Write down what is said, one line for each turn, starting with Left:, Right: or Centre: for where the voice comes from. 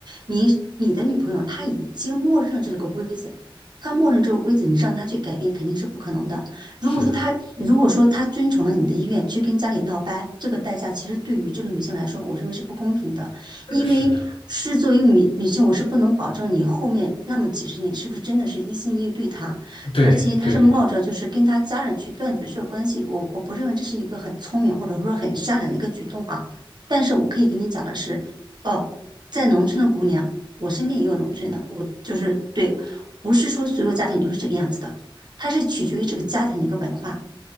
Right: 你你的女朋友她已经默认了这个规则，她默认这个规则，你让她去改变肯定是不可能的。如果说她如果说她遵从了你的意愿去跟家里闹掰，
Left: 是的，
Right: 这个代价其实对于这个女性来说，我认为是不公平的，因为是作为一个女女性，
Left: 是的，
Right: 我是不能保证你后面那么几十年是不是真的是一心一意对她。
Left: 对对，
Right: 而且他是冒着就是跟他家人去断绝这个关系，我我不认为这是一个很聪明或者说很善良的一个举动啊。但是我可以跟你讲的是，哦，在农村的姑娘，我身边也有农村的，我就是对，不是说所有家庭都是这个样子的，它是取决于这个家庭的一个文化。